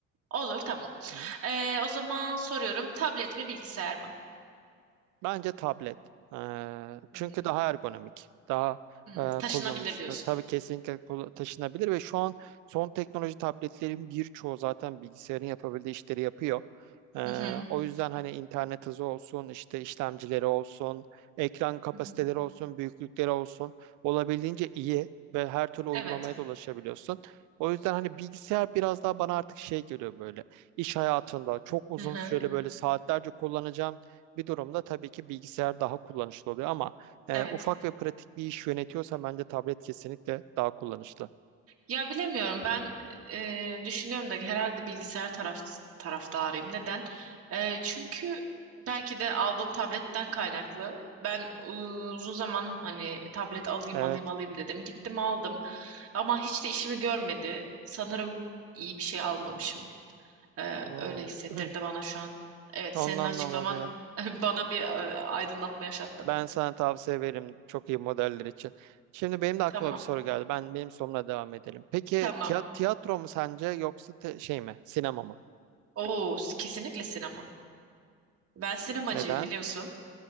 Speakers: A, on the right; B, on the right.
A: Olur, tamam.
B: Hı.
A: Ee, o zaman soruyorum. Tablet mi, bilgisayar mı?
B: Bence tablet. Ee, çünkü
A: Hı hı.
B: daha ergonomik, daha
A: Hmm,
B: e,
A: taşınabilir
B: kullanışlı.
A: diyorsun.
B: Tabii kesinlikle kula- taşınabilir ve şu an son teknoloji tabletlerin birçoğu zaten bilgisayarın yapabildiği işleri yapıyor. Ee,
A: Hı hı.
B: o yüzden hani internet hızı olsun, işte işlemcileri olsun, ekran kapasiteleri
A: Hı hı.
B: olsun, büyüklükleri olsun olabildiğince iyi ve her türlü uygulamaya
A: Evet.
B: da ulaşabiliyorsun. O yüzden hani bilgisayar biraz daha bana artık şey geliyor böyle. İş hayatında çok uzun
A: Hı hı.
B: süreli böyle saatlerce kullanacağım bir durumda tabii ki bilgisayar daha kullanışlı oluyor ama e,
A: Evet.
B: ufak ve pratik bir iş yönetiyorsa bence tablet kesinlikle daha kullanışlı.
A: Ya bilemiyorum ben e, düşünüyorum da herhalde bilgisayar taraf, taraftarıyım. Neden? E, çünkü belki de aldığım tabletten kaynaklı. Ben e, uzun zaman hani tablet alayım
B: Evet.
A: alayım alayım dedim. Gittim aldım ama hiç de işimi görmedi. Sanırım iyi bir şey almamışım. E,
B: Hmm.
A: öyle hissettirdi
B: <clears throat>
A: bana şu an. Evet
B: Ondan
A: senin açıklaman
B: da olabilir.
A: <laughs> bana bir e, aydınlatma yaşattı.
B: Ben sana tavsiye veririm çok iyi modeller için. Şimdi benim de aklıma
A: Tamam
B: bir soru geldi. Ben benim sorumla devam edelim. Peki
A: tamam.
B: tiya- tiyatro mu sence yoksa te- şey mi? Sinema mı?
A: Oo kesinlikle sinema. Ben sinemacıyım
B: Neden?
A: biliyorsun.